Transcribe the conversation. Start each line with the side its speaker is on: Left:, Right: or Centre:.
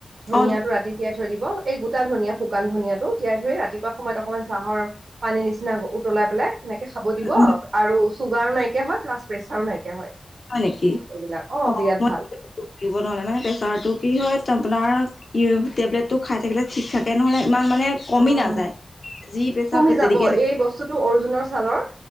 Right: ধনীয়াটো
Left: অ ধ
Right: ৰাতি তিয়াই থৈ দিব এই গোটা ধনিয়া শুকান ধনিয়াটো তিয়াই থৰি ৰাতিপুৱা সময়ত অকণমান চাহৰ পানী নিচিনা উতলাই পেলে সেনেকে খাব দিব
Left: উম
Right: আৰু চুগাৰো নাইকিয়া হয় প্লাছ প্ৰেচাৰো নাইকিয়া হয়।
Left: হয় নেকি?
Right: এইবিলাক অ
Left: অব
Right: বিৰাট ভাল
Left: ন মানে প্ৰেচাৰটো কি হয় আপোনাৰ ই টেবলেটটো খাই থাকিলে ঠিক থাকে নহলে ইমান মানে কমি
Right: উম
Left: নাযায়। যি প্ৰেছাৰ
Right: কমি যাব
Left: তেনেকেই থাকে
Right: এই বস্তুটো অৰ্জুনৰ ছালৰ